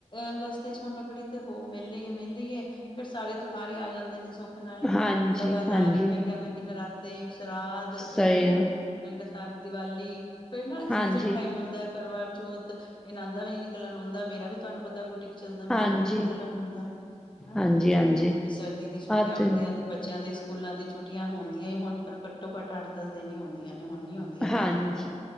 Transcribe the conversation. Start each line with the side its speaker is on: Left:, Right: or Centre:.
Left: ਅਗਸਤੇ 'ਚ ਹੁਣ ਰੱਖੜੀ ਤੇ, ਹੋ ਮਿਲ ਲਈਏ, ਮਿਲ ਲਈਏ ਫਿਰ ਸਾਰੇ ਤਿਉਹਾਰ ਈ ਆ ਜਾਂਦੇ ਨੇ, ਸ ਰੱਖ ਨਾਲੀ,
Centre: ਹਾਂਜੀ,
Left: ਲਗਾਤਾਰ
Centre: ਹਾਂਜੀ
Left: ਹੀ ਫਿਰ ਕਹਿਣਾ ਕਿ ਨਰਾੱਤੇ, ਸ਼ਰਾਧ
Centre: ਸਹੀ
Left: ਫਿਰ ਹਨਾ,
Centre: ਐ
Left: ਲਗਾਤਾਰ ਦੀਵਾਲੀ ਫਿਰ ਨਾ, ਸੀਜਨ
Centre: ਹਾਂਜੀ, ਹਾਂਜੀ।
Left: ਆਉਂਦਾ ਏ, ਕਰਵਾਚੋਤ ਇਹਨਾਂਦਾ ਵੀ ਨੀ, ਨਿਕਲਣ ਆਉਂਦਾ ਮੇਰਾ ਵੀ, ਤੁਹਾਨੂੰ ਪਤਾ ਬ ਚੱਲਦਾ
Centre: ਹਾਂਜੀ,
Left: ਮੇਰਾ ਵੀ ਨੀ, ਨਿਕਲਣ ਹੁੰਦਾ ਹਨਾ, ਫਿਰ
Centre: ਹਾਂਜੀ, ਹਾਂਜੀ
Left: ਸਰਦੀ ਦੀ ਛੁੱਟੀਆਂ
Centre: ਆ ਤੇ
Left: ਹੋਂਦੀ-ਆਂਦੀ ਬੱਚਿਆਂ ਦੇ ਸਕੂਲਾਂ ਦੀਆ ਛੂੱਟੀਆ ਹੁੰਦੀਆਂ ਹੀ, ਹੁਣ ਤਾਂ, ਘੱਟੋ-ਘੱਟ, ਆਠ, ਦਸ ਦਿਨ ਹੀ, ਹੋਂਦੀਆਂ ਨੀ, ਹਣ ਨੀ ਹਆਂ ਜ਼ਿਆਦਾ
Centre: ਹਾਂਜੀ।